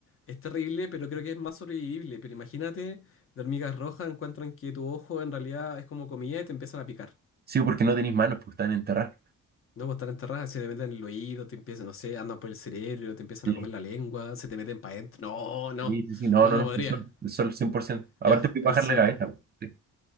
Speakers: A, on the left; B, on the right.
A: es terrible, pero creo que es más sobrevivible. Pero imagínate, las hormigas rojas encuentran que tu ojo en realidad es como comida y te empiezan a picar.
B: Sí, porque no tenéis manos, pues están enterradas.
A: No, pues están enterradas, se te meten en el oído, te empiezan, no sé, andan por el cerebro, te empiezan
B: Sí,
A: a comer la lengua, se te meten para adentro. No, no,
B: sí, sí, sí, no,
A: no,
B: no,
A: no
B: no,
A: podría.
B: el sol, el sol 100%. Aparte,
A: Ya,
B: puedes
A: el
B: bajar
A: sol.
B: la cabeza. po. Sí,